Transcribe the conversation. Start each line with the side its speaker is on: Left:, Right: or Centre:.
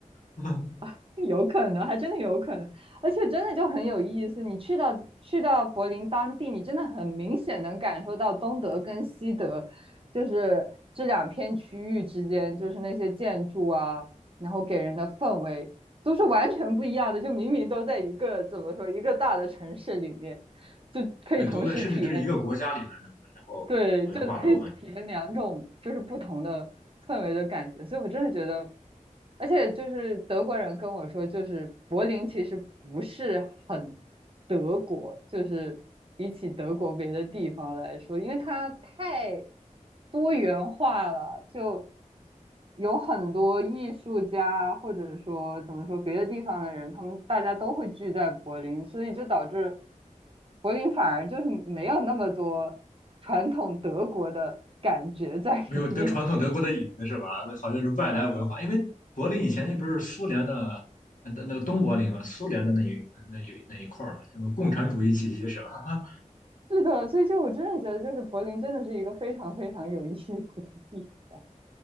Left: 对吧？<laughs>
Right: <laughs> 有可能，还真的有可能，而且真的就很有意思。你去到去到柏林当地，你真的很明显能感受到东德跟西德，就是这两片区域之间，就是那些建筑啊，然后给人的氛围都是完全不一样的。就明明都在一个怎么说一个大的城市里面，就可以同时体验。
Left: 对，都在，甚至这是一个国家里面，对吧？然后文化都很
Right: 对，就是可以体验两种就是不同的氛围的感觉，所以我真的觉得，而且就是德国人跟我说，就是柏林其实不是很德国，就是比起德国别的地方来说，因为它太多元化了，就。有很多艺术家，或者说怎么说别的地方的人，他们大家都会聚在柏林，所以就导致柏林反而就是没有那么多传统德国的感觉在里面。
Left: 没有德传统德国的影子，是吧？那好像是外来文化，因为柏林以前那不是苏联的呃那个东柏林嘛，苏联的那一那一那一块儿嘛，什么共产主义气息是吧？<laughs>
Right: <laughs> 是的，所以就我真的觉得，就是柏林真的是一个非常非常有意思的地方。